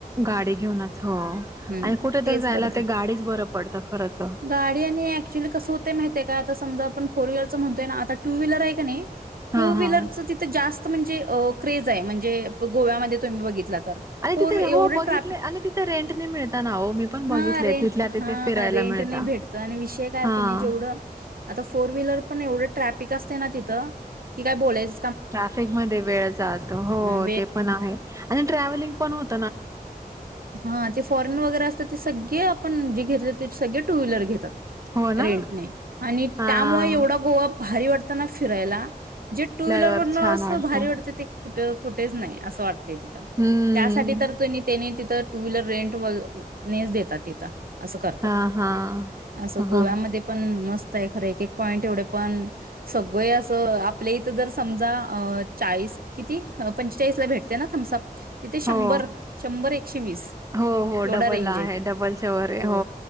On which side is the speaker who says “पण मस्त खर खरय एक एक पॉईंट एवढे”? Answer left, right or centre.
Right